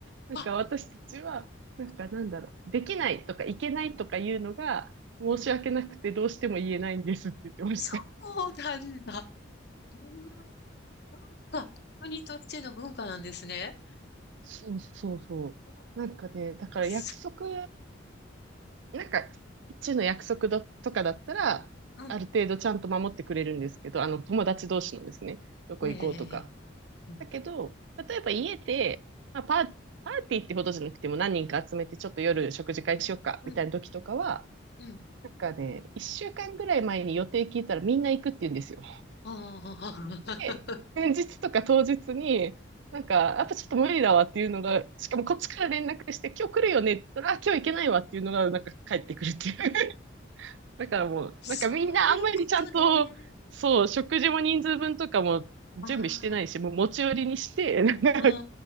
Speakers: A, on the right; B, on the left.
A: なんか私たちは、
B: あ、
A: なんかなんだろう、できないとかいけないとかいうのが申し訳なくてどうしても言えないんですって言ってました。
B: うん。そうなんだ。うんなんか、国としての文化なんですね。
A: そうそうそう。
B: お
A: なんかね、だから約束、
B: す
A: なんか、一の約束どとかだったら、
B: うん。
A: ある程度ちゃんと守ってくれるんですけど、あの、友達同士のですね、
B: う
A: どこ行こうとか。
B: ん。ええうん。
A: だけど、例えば家で、まあ、パー、パーティーってほどじゃなくても何人か集めてちょっと夜食事会しようかみたいな時とかは、
B: うん。うん。
A: なんかね、1週間ぐらい前に予定聞いたらみんな行くって言うんですよ。
B: ああ、
A: で、
B: <laughs>
A: 前日とか当日に、なんか、やっぱちょっと無理だわっていうのが、しかもこっちから連絡して、今日来るよねって言ったら、あ、今日行けないわっていうのが、なんか帰ってくるっていう。<laughs> だからもう、
B: そういうことね。
A: なんかみんなあんまりちゃんと、そう、食事も人数分とかも準備してないし、
B: あ
A: もう持ち寄りにして、なんか
B: あ、